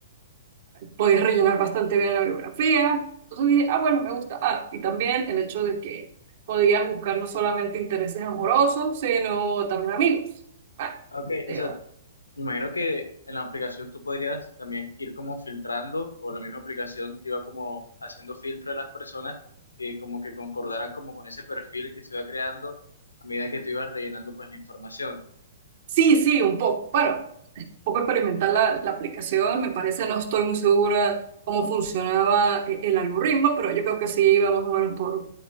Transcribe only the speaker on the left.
Ah, Ok,
o sea, Me imagino que en la aplicación tú podrías también ir como filtrando, o la misma aplicación te iba como haciendo filtro de las personas que como que concordaran como con ese perfil que se iba creando a medida que tú ibas rellenando pues la información.